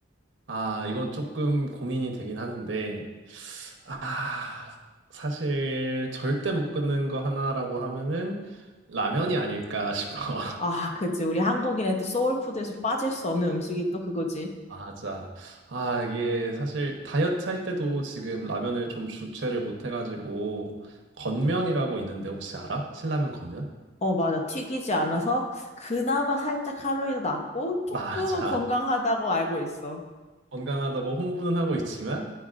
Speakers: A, on the right; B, on the left.
A: 아, 이건 조금 고민이 되긴 하는데, 아, 사실 절대 못 끊는 거 하나라고 하면은 라면이 아닐까 싶어. <laughs>
B: 아, 그치. 우리 한국인의 또 소울푸드에서 빠질 수 없는 음식이 또 그거지.
A: 맞아. 아, 이게 사실 다이어트 할 때도 지금 라면을 좀 주체를 못 해가지고, 건면이라고 있는데 혹시 알아? 신라면 건면?
B: 어, 맞아. 튀기지 않아서 그나마 살짝 칼로리도 낮고 조금은
A: 맞아.
B: 건강하다고 알고 있어.
A: 건강하다고 홍보는 하고 있지만